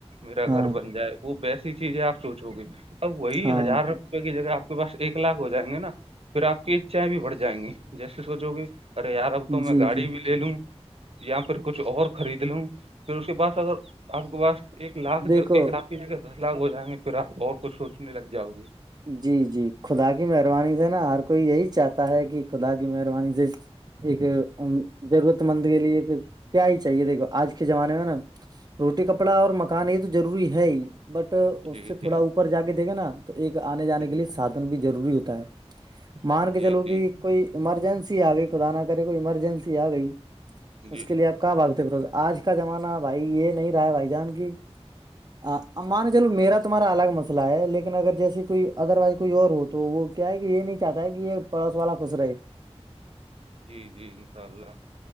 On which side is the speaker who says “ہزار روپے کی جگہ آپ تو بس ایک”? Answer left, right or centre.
Right